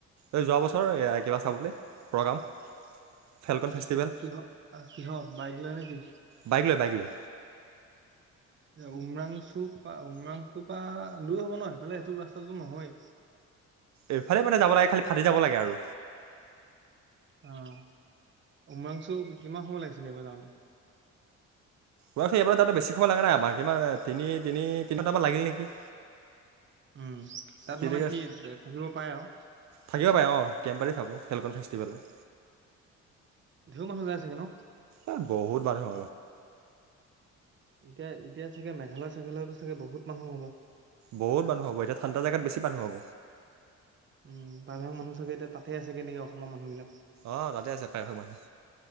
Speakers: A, on the right; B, on the right.
A: এই যোৱা বছৰ কিবা চাবলৈ প্ৰ'গ্ৰাম। ফেলকন ফেষ্টিভেল
B: কিহত কিহত কিহত বাইক লয় নেকি।
A: বাইক লৈ বাইক লৈ।
B: উওমৰাংচুপা উওমৰাংচুপা দূৰ হ'ব ন এইফালে সেইটো ৰাস্তাটো নহয়।
A: এইফালে মানে যাব লাগে খালি ফাটি যাব লাগে আৰু।
B: অ', উমাংচু কিমান সময় লাগিছিলে এইবাৰ যাওঁতে।
A: গৈ থৈ এইবাৰ তাতো বেছি সময় লাগা নাই আমাক ইমান তিনি তিনি তিনিণ্টামান লাগিল নেকি?
B: উম তাত
A: তেনেকৈ
B: মানে কি থাকিব পাৰে আৰু?
A: থাকিব পাৰে অঁ, কেম পাৰী থাকোঁ ফেলকন ফেষ্টিভেলৰ।
B: ঢেও মানুহ যায় চাগে ন?
A: এই বহুত মানুহ।
B: এতিয়া এতিয়া চাগে মেঘালয় - চেঘালয়তো চাগে বহুত মানুহ হব।
A: বহুত মানুহ হব এতিয়া ঠাণ্ডা জাগাত বেছি মানু্হ হব।
B: উম প্ৰাই ভাগ মানুহ চাগে এতিয়া তাতে আছে নেকি অসমৰ মানুহবিলাক।
A: অঁ তাতে আছে প্ৰায়ভাগ মানুহ